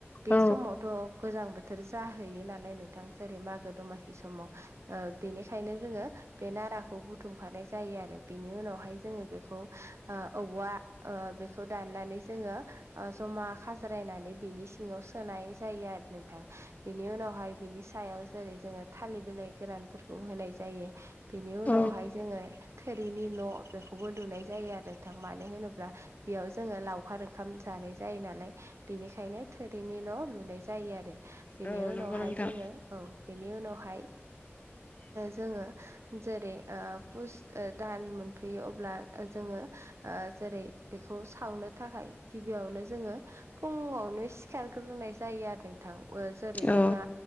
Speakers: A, on the right; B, on the left.
A: बे
B: औ
A: समावथ' गोजां बोथोर जाहैयो नालाय नोंथां जेरै मागो दमासि समाव ओ बेनिखायनो जोङो बे नाराखौ बुथ बुथुमखानाय जायो आरो बेनि उनावहाय जोङो बेखौ ओ औवा ओ बेखौ दाननानै जोङो ओ जमा खाज्रायनानै बिनि सिङाव सोनाय जायो आरो नोंथां बेनि उनावहाय बिनि सायाव जेरै जोङो थालिर बिलाइ गोरानफोरखौ होनाय जायो बेनि उनावहाय
B: औ
A: जोङो थोरिनि न' बेखौबो लुनाय जायो आरो नोंथां मानो होनोब्ला बेयाव जोङो लावखार ओंखाम जानाय जायो नालाय बेनिखायनो थोरिनि न' लुनाय जायो आरो बेनि
B: औ
A: उनावहाय
B: नंगौ नोंथां
A: जोङो औ बेनि उनावहाय जोङो जेरै ओ पुस ओ दान मोनफैयो अब्ला जोङो ओ जेरै बेखौ सावनो थाखाय गिबियावनो जोङो फुङावनो सिखारग्रोनाय जायो आरो नोंथां ओ जेरै जोंना
B: औ